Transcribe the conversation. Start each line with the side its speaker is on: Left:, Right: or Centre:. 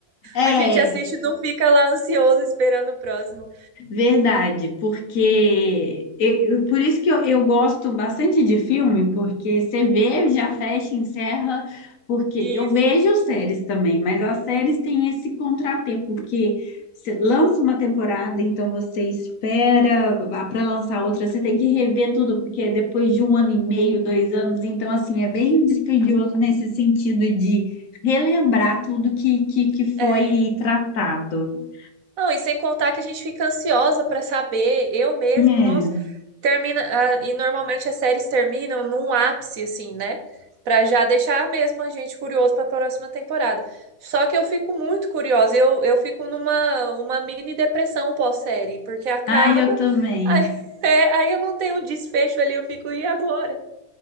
Left: é,
Right: A gente assiste e não fica lá ansioso esperando o próximo.
Left: Verdade, porque eu- eu- por isso que eu, eu gosto bastante de filme, porque você vê, já fecha, encerra, porque
Right: Isso.
Left: eu vejo séries também, mas as séries têm esse contratempo, porque você lança uma temporada, então você espera para lançar outra, você tem que rever tudo, porque é depois de um ano e meio, dois anos, então assim, é bem dispendioso nesse sentido de relembrar tudo que, que, que foi
Right: É.
Left: tratado.
Right: Não, e sem contar que a gente fica ansiosa pra saber, eu mesmo,
Left: É.
Right: nossa, termina, ah, e normalmente as séries terminam num ápice assim, né? Pra já deixar mesmo a gente curioso pra próxima temporada. Só que eu fico muito curiosa, eu, eu fico numa uma mini depressão pós-série, porque acaba,
Left: Ah, eu também.
Right: aí, <laughs> é, aí eu não tenho um desfecho ali, eu fico, e agora?